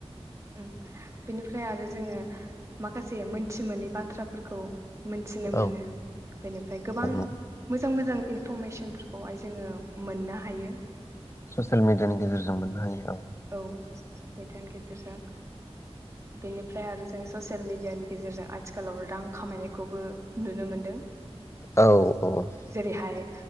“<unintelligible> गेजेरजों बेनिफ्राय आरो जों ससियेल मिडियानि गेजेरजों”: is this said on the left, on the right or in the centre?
Right